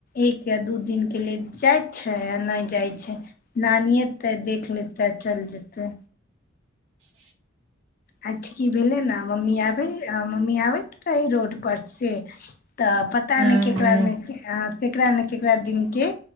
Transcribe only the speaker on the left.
एक या दू दििन के लेल जाइत छै आ नहि जाइ छै नानिते देख लेतै आ चलि जेतै
आज की भेले ने मम्मी आ। भ मम्मी आबैत रहे रोड पर से। तऽ पता
ने केकरा
ने केकरा ने केकरा दिन के